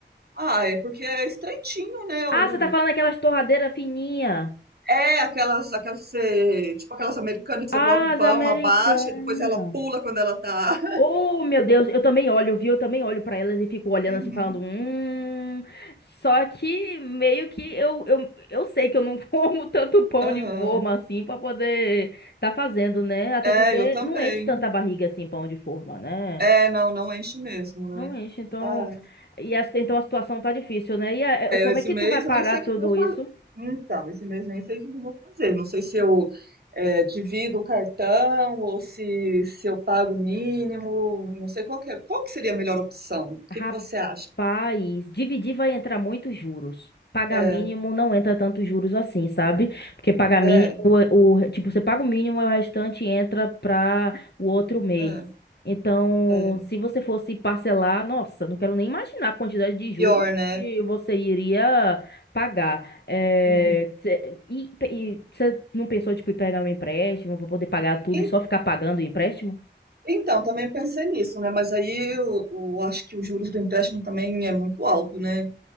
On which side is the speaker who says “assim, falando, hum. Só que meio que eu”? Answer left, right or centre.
Left